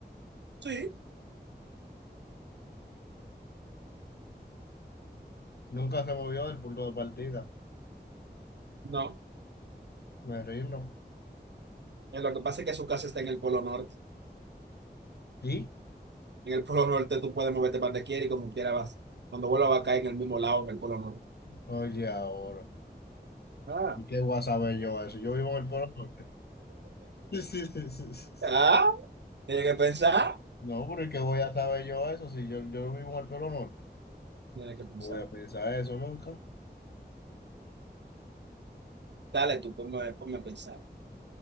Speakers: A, on the right (about 80°); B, on the left (about 65°).
A: sí,
B: Nunca se movió del punto de partida.
A: no.
B: Me rindo.
A: Eh, Lo que pasa es que su casa está en el polo norte.
B: ¿Y?
A: En el Polo Norte tú puedes moverte para donde quieras y como quieras vas. Cuando vuelvas va a caer en el mismo lado que el Polo Norte.
B: Oye, ahora.
A: Ah,
B: ¿Y qué voy a saber yo eso? Yo vivo en el Polo Norte. <laughs>
A: ah, tienes que pensar.
B: No, porque ¿qué voy a saber yo eso? Si yo, yo vivo en el Polo Norte,
A: Tienes que pensar.
B: no voy a pensar eso nunca.
A: Dale, tú ponme, ponme a pensar.